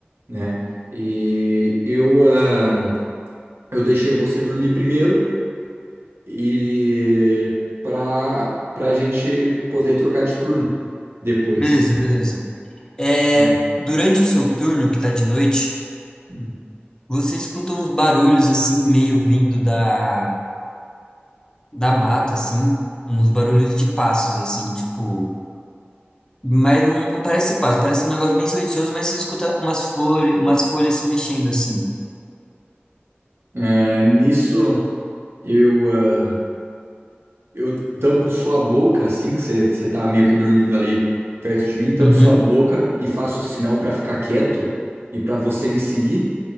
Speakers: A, on the right (about 75°); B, on the left (about 20°).
A: né? E eu, ah, eu deixei você dormir primeiro e para para a gente poder trocar de turno depois.
B: Beleza, beleza. É,
A: Hum.
B: durante o seu turno, que tá de noite,
A: Hum.
B: você escuta uns barulhos, assim, meio vindo da, da mata, assim, uns barulhos de passos, assim, tipo... Mas não, não parece ser passo, parece um negócio bem silencioso, mas você escuta umas flores, umas folhas se mexendo, assim.
A: É, nisso eu ah, eu tampo sua boca assim que você você tava meio que dormindo ali perto de mim, tampo
B: Uhum.
A: sua boca e faço sinal para ficar quieto e para você me seguir,